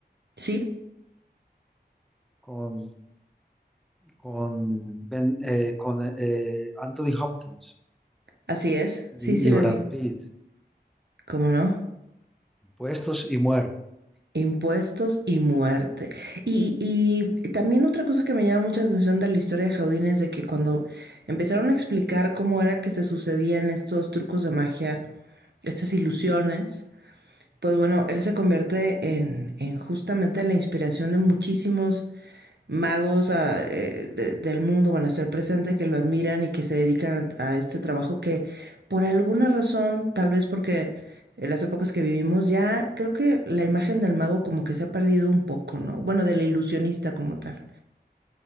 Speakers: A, on the right; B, in the centre.
A: sí,
B: con con, Ben- eh, con eh, Anthony Hopkins
A: así es,
B: y,
A: sí, sí
B: y
A: la
B: Brad
A: vi.
B: Pitt,
A: ¿Cómo no?
B: Puestos y Muerte.
A: Impuestos y muerte. Y, y y también otra cosa que me llama mucha atención de la historia de Jaudine es de que cuando empezaron a explicar cómo era que se sucedían estos trucos de magia, estas ilusiones, Pues bueno, él se convierte en, en justamente la inspiración de muchísimos magos ah, eh, de- del mundo, bueno, hasta el presente, que lo admiran y que se dedican a, a este trabajo que por alguna razón, tal vez porque en las épocas que vivimos, ya creo que la imagen del mago como que se ha perdido un poco, ¿no? Bueno, del ilusionista como tal.